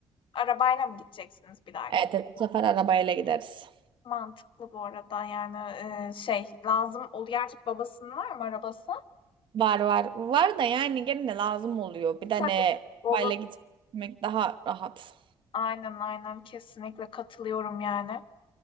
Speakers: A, on the left; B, on the right.
A: Arabayla mı gideceksiniz bir dahaki?
B: Evet, evet, bu sefer arabayla gideriz.
A: Mantıklı bu arada yani e, şey lazım ol gerçek babasının var mı arabası?
B: Var var. Var da yani gene de lazım oluyor. Bir de
A: Tabii.
B: ne
A: Olur.
B: arabayla gitmek daha rahat.
A: Aynen aynen kesinlikle katılıyorum yani.